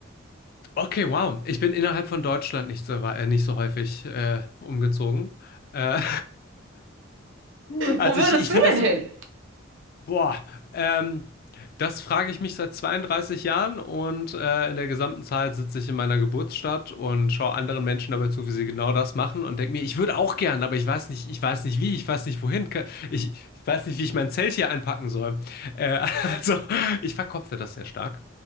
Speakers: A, on the left; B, on the right.
A: Okay, wow. Ich bin innerhalb von Deutschland nicht so, wa- äh, nicht so häufig äh, umgezogen. Äh, <laughs> also
B: Wo würdest
A: ich, ich
B: du
A: finde
B: denn
A: das,
B: hin?
A: Boah, ähm, das frage ich mich seit 32 Jahren und äh, in der gesamten Zeit sitze ich in meiner Geburtsstadt und schaue anderen Menschen dabei zu, wie sie genau das machen und denke mir, ich würde auch gern, aber ich weiß nicht, ich weiß nicht wie, ich weiß nicht wohin, ke- ich, ich weiß nicht, wie ich mein Zelt hier einpacken soll. Äh, <laughs> also, ich verkopfe das sehr stark.